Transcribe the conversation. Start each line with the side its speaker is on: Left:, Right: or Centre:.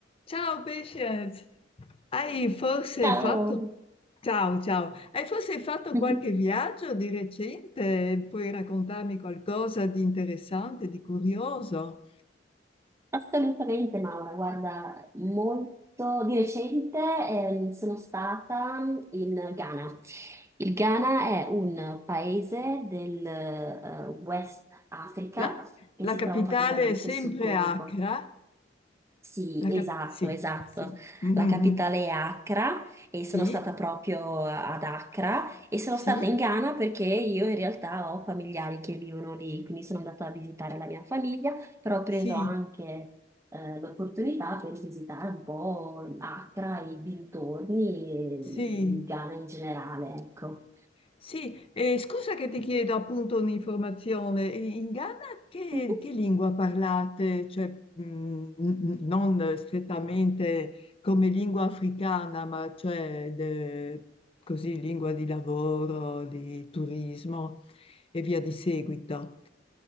Left: Ciao Patience, hai forse
Right: Ciao!
Left: fatto... Ciao, ciao. Hai forse fatto
Right: <laughs>
Left: qualche viaggio di recente? Puoi raccontarmi qualcosa di interessante, di curioso?
Right: Assolutamente Maura, guarda, molto di recente ehm, sono stata in Ghana. Il Ghana è un paese del eh, West Africa
Left: La,
Right: che
Left: la
Right: si
Left: capitale
Right: trova praticamente
Left: è sempre
Right: sul Golfo.
Left: Accra?
Right: Sì,
Left: La
Right: esatto,
Left: cap- Sì,
Right: esatto.
Left: sì. Mhm.
Right: La capitale è Accra e sono
Left: Sì,
Right: stata proprio ad Accra e sono
Left: sì,
Right: stata in Ghana perché io in realtà ho familiari che vivono lì, quindi sono andata a visitare la mia famiglia, però ho preso
Left: sì,
Right: anche eh, l'opportunità per visitare un po' Accra, i dintorni e
Left: sì.
Right: il Ghana in generale, ecco.
Left: Sì, eh, scusa che ti chiedo appunto un'informazione. In Ghana che,
Right: Mhm.
Left: che lingua parlate? Cioè, mh, n- non strettamente come lingua africana, ma cioè de- così lingua di lavoro, di turismo e via di seguito.